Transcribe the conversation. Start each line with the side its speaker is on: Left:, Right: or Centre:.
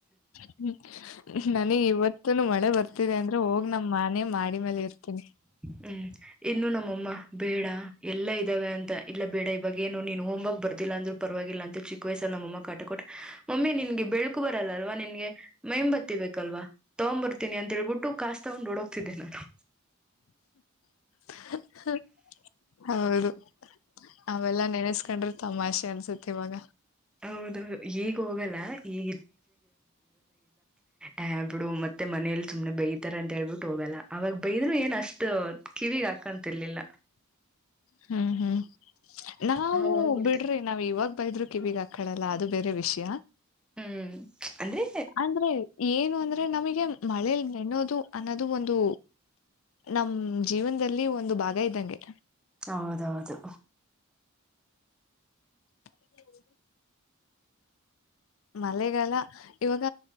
Left: ಹ್ಮ್ಮ್ ನಾನಿಗ್ ಇವತ್ತುನು ಮಳೆ ಬರ್ತಿದೆ ಅಂದ್ರೆ ಹೋಗ್ ನಮ್ ಮನೆ ಮಾಡಿ. ಮೇಲೆ ಇರ್ತೀನಿ.
Centre: ಹ್ಮ್ ಇನ್ನುೂ ನಮ್ಮಮ್ಮ ಬೇಡ. ಎಲ್ಲ ಇದಾವೆ ಅಂತ ಇಲ್ಲ ಬೇಡ ಇವಾಗ ಏನು ನೀನ್ ಹೋಮ್ರ್ಕ್ ಬರ್ದಿಲ್ಲ ಅಂದ್ರು ಪರ್ವಾಗಿಲ್ಲ ಅಂತ ಚಿಕ್ವಯಸಲ್ ನಮ್ ಅಮ್ಮ ಕಾಟ. ಕೊ ಮೊಮ್ಮಿ ನಿನ್ಗೆ ಬೆಳಕು ಬರಲ್ಲ ಅಲ್ವಾ ನಿನ್ಗೆ. ಮೇಂಬತ್ತಿಬೇಕಲ್ವಾ ತಗೊಂಬರ್ತೀನಿ ಅಂತ್ ಹೇಳ್ಬಿಟ್ಟು ಕಾಸಸ್ ತಗೊಂಡ್ ಓದೋಗ್ತಿದ್ದೆ ನಾನು.
Left: <inaudible> ಹೌದು ಅವೆಲ್ಲ ನೆನೆಸ್ಕಂಡ್ರೆ. ತಮಾಷೆ ಅನ್ಸುತ್ತೆ ಇವಾಗ.
Centre: ಹೌದೌದು ಈಗ ಹೋಗಲ್ಲ ಈಗ ಹೇ ಬಿಡು ಮತ್ತೆ ಮನೆಲ್ ಸುಮ್ನೆ ಬೈತಾರೆ ಅಂತೇಲ್ಬುಟ್ ಹೋಗಲ್ಲ ಅವಾಗ್ ಬೈದ್ರು ಏನ್ ಅಷ್ಟ್. ಅಷ್ಟು ಕಿವಿಗ್ ಹಾಕತಿರ್ಲಿಲ್ಲ.
Left: ಹ್ಮ್ ಹ್ಮ್ ನಾವು
Centre: ಹಾ ಹೋಗ್ಬಿಡ್ತೆ
Left: ಬಿಡ್ರಿ ನಾವ್ ಇವಾಗ್ ಬೈದ್ರು ಕಿವೀಗ್ ಆಕಳಲ್ಲ ಅದು. ಬೇರೆ ವಿಷ್ಯ.
Centre: ಹ್ಮ್. ಅಂದ್ರೆ
Left: ಅಂದ್ರೆ ಏನು ಅಂದ್ರೆ ನಮಿಗೆ ಮಳೇಲ್ ನೆನೊದು ಅನ್ನೋದು ಒಂದು. ನಮ್ ಜೀವಂದಲ್ಲಿ ಒಂದ್ ಭಾಗ ಇದ್ದಂಗೆ.
Centre: ಹೌದೌದು.
Left: <inaudible> ಮಲೆಗಾಲ ಇವಾಗ